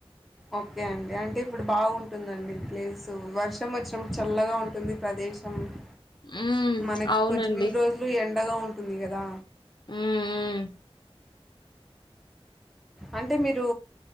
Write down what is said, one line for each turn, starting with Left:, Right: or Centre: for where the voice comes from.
Centre: ఓకే అండి అంటే ఇప్పుడు బాగుంటుందండి ప్లేసు వర్షం వచ్చినప్పుడు చల్లగా ఉంటుంది ప్రదేశం కొంచం
Left: ఉమ్
Centre: మనకి
Left: అవునండి
Centre: కొంచెం ఇన్ని రోజులు ఎండగా ఉంటుంది గదా
Left: మ్ ఉ
Centre: అంటే మీరు